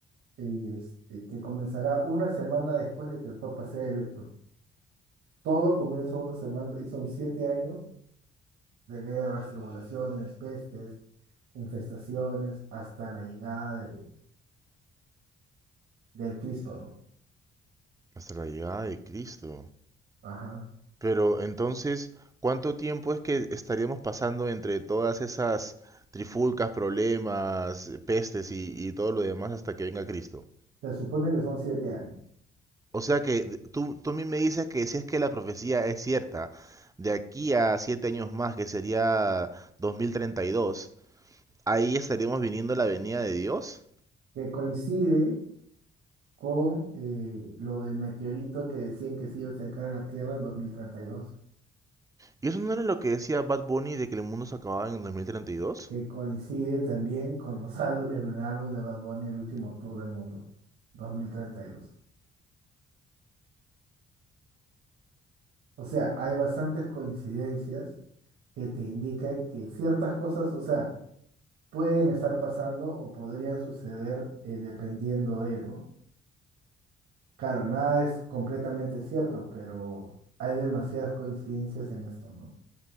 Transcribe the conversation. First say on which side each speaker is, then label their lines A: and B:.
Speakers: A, on the right; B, on the right.
A: y este, que comenzará una semana después de que el Papa sea electo. Todo comienza una semana y son siete años de guerras, tribulaciones, pestes, infestaciones, hasta la llegada de- del Cristo, ¿no?
B: Hasta la llegada de Cristo.
A: Ajá.
B: Pero entonces, ¿cuánto tiempo es que estaríamos pasando entre todas esas trifulcas, problemas, pestes y, y todo lo demás hasta que venga Cristo?
A: Se supone que son siete años.
B: O sea que de- tú, tú a mí me dices que si es que la profecía es cierta, de aquí a siete años más, que sería 2032 ahí estaríamos viniendo a la venida de Dios.
A: que coincide con eh, lo del meteorito que decían que se iba a acercar a la Tierra en dos mil treinta y dos,
B: ¿Y eso no era lo que decía Bad Bunny de que el mundo se acababa en el 2032?
A: que coincide también con los al- el álbum de Bad Bunny, el último tour del mundo, dos mil treinta y dos, O sea, hay bastantes coincidencias que te indican que ciertas cosas, o sea, pueden estar pasando o podrían suceder eh, dependiendo de, ¿no? Claro, nada es completamente cierto, pero hay demasiadas coincidencias en esto, ¿no?